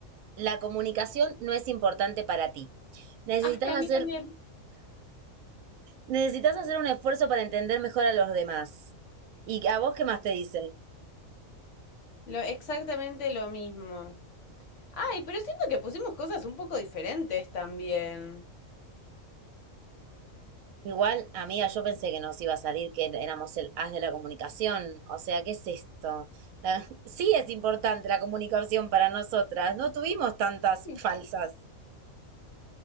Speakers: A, on the right (about 80°); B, on the left (about 65°).
A: La comunicación no es importante para ti. Necesitas
B: Ah, sí, a
A: hacer,
B: mí también.
A: necesitas hacer un esfuerzo para entender mejor a los demás. ¿Y a vos qué más te dice?
B: Lo, exactamente lo mismo. Ay, pero siento que pusimos cosas un poco diferentes también.
A: Igual, amiga, yo pensé que nos iba a salir que éramos el as de la comunicación. O sea, ¿qué es esto? La- <laughs> Sí es importante la comunicación para nosotras. No tuvimos tantas
B: Sí.
A: falsas.